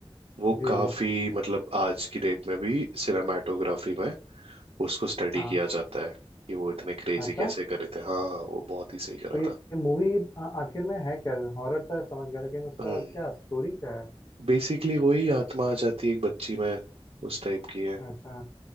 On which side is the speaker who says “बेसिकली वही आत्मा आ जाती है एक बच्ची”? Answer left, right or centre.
Right